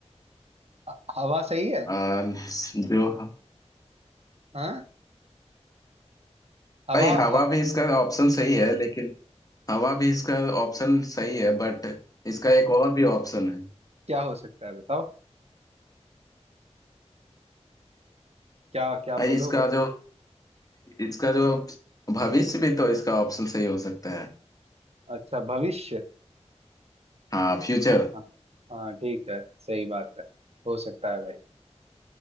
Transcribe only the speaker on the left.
आ, जो
भाई हवा
भी इसका ऑप्शन सही है लेकिन हवा भी इसका ऑप्शन सही है बट इसका एक और भी ऑप्शन है
भाई
इसका
जो इसका जो भविष्य भी तो इसका ऑप्शन सही हो सकता है
हाँ फ्यूचर